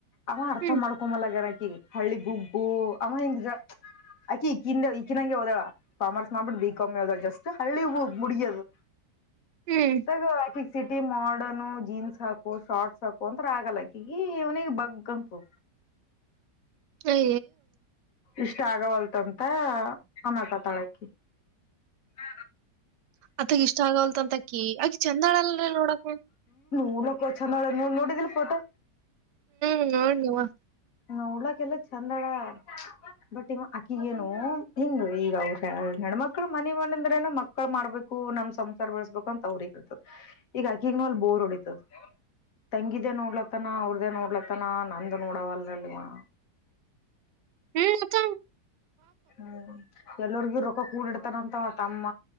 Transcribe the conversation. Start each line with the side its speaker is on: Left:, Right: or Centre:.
Left: ಅವ ಅರ್ಥ
Right: ಹ್ಮ್
Left: ಮಾಡ್ಕೊಂಬಲ್ಲಗಾರ ಹಳ್ಳಿ ಗುಗ್ಗು ಅಮ್ಮ ಹೆಂಗಜ ಆಕಿ ಈಕಿಂದ ಈಕಿನಂಗೆ ಹೋದಳ ಕಾಮರ್ಸ್ ಮಾಡ್ಬಿಟ್ಟು ಬ ಕಮ್ಮಿ ಹೋದಳ ಜಸ್ಟ್ ಹಳ್ಳಿ ಮುಡಗಿಯದು
Right: ಹ್ಮ್
Left: ತಗಕಿ ಸಿಟಿ ಮಾಡನು ಜೀನ್ಸ್ ಹಾಕು ಶಾರಟ್ಸ್ ಹಾಕು ಅಂತ ಆಗಲ್ಲಕಗಿ ಇನಿಗೆ ಬಗ್ಂತು
Right: ಏ
Left: ಇಷ್ಟ ಆಗವಲ್ತ ಅಟ ತಳಕಿ ಹಾ
Right: ಅದಗ ಇಷ್ಟ ಆಗಲ್ತ್ ಅಂತಕಿ ಚಂದಾಳಲ್ರ ನೋಡಕ
Left: ಹಲಕೋ ಚಂದೋ ನೀ ನೋಡಿದಿಲ್ ಫೋಟೋ
Right: ಹ್ಮ ನೋಡ್ ನೀವಾ
Left: ನೋಡ್ಲಾಕೆಲ್ಲ ಚೆಂದ ಅಡ ಬಟ್ ಈವ ಅಕಿಗೇನು ಹಿಂಗ ಈಗ ಅವ್ರ ನಣ್ಮಕ್ಳ ಮನ ಮನೆ ಅಂದ್ರೇನು ಮಕ್ಳ ಮಾಡ್ಬೇಕು ನಮ್ ಸಂಸಾರ ಬಳಸ್ಬೇಕು ಅಂತ ಅವ್ರಗ ಇರ್ತದ ಈಗ ಅಕಿಗ್ ನಲ್ ಬೋರ್ ಹೊಡಿತದ ತಂಗಿದಿದೆ ನೋಡ್ಲತ್ತನ ಅವ್ರದೇ ನೋಡ್ಲ ತನ ನಂದು ನೋಡವಲ್ಲ ವಾ
Right: ಹ್ಮ್ ಚ
Left: ಹ್ಮ್ ಎಲ್ಲರಿಗಿ ರೊಕ ಹೂಡಿಡ್ತಾನಂತವ ತಮ್ಮ